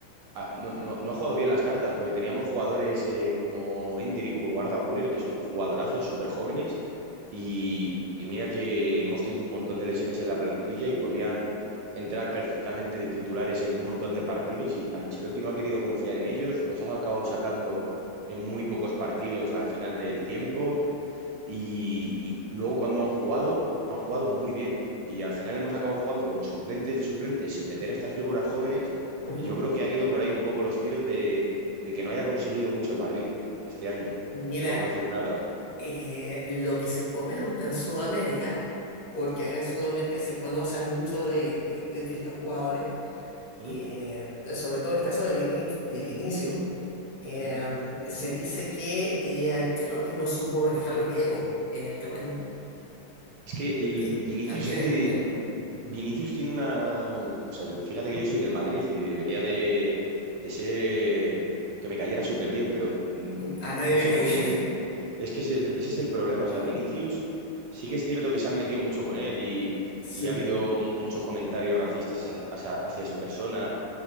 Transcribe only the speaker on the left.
Ujú.
Mira,
eh, lo que se comenta en Sudamérica, porque acá en Sudamérica se conoce a mucho de, de- de- de estos jugadores, eh,
sobre todo el caso de, Vini- de Vinicius, eh,
se dice que eh, Ancelotti no supo manejar los egos en el camarín,
que
también
es un tema.
A nadie
le
cae
bien.
<laughs>
Sí,